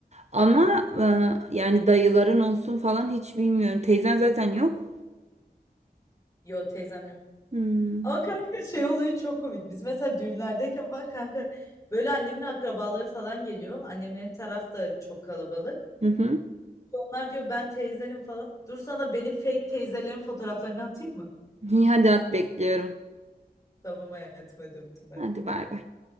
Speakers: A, on the right (about 45°); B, on the left (about 20°).
A: Ama
B: Evet.
A: e, yani dayıların olsun falan hiç bilmiyorum. Teyzen zaten yok.
B: Yo teyzem yok.
A: Hmm.
B: Ama kanka şey olayı çok komik. Biz mesela düğünlerdeyken falan kanka böyle annemin akrabaları falan geliyor. Annemlerin taraf da çok kalabalık.
A: Hı hı.
B: Onlar diyor ben teyzenim falan. Dur sana benim fake teyzelerin fotoğraflarını atayım mı?
A: İyi hadi at bekliyorum.
B: Tamam hayatım hadi öptüm bay
A: Hadi
B: bay.
A: bay bay.